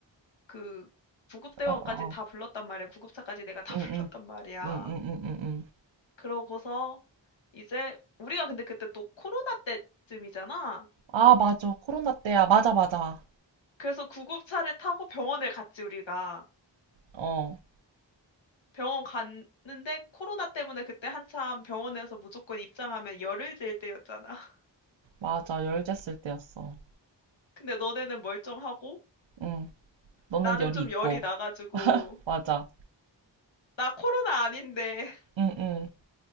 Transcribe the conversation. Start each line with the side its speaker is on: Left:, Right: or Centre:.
Left: 그 구급대원까지
Right: 어,
Left: 다 불렀단 말이야. 구급차까지 내가 다
Right: 응,
Left: <laughs>
Right: 응,
Left: 불렀단 말이야.
Right: 응, 응, 응, 응. 응.
Left: 그러고서 이제 우리가 근데 그때 또 코로나 때쯤이잖아.
Right: 아, 맞아. 코로나 때야. 맞아, 맞아.
Left: 그래서 구급차를 타고 병원을 갔지, 우리가.
Right: 어,
Left: 병원 갔는데 코로나 때문에 그때 한참 병원에서 무조건 입장하면 열을 질 때였잖아. <laughs>
Right: 맞아. 열됐을 때였어.
Left: 근데 너네는 멀쩡하고
Right: 응. 너는
Left: 나는
Right: 열이
Left: 좀
Right: 있고.
Left: 열이 나가지고
Right: 맞아.
Left: 나 코로나 아닌데 <laughs>
Right: 응, 응.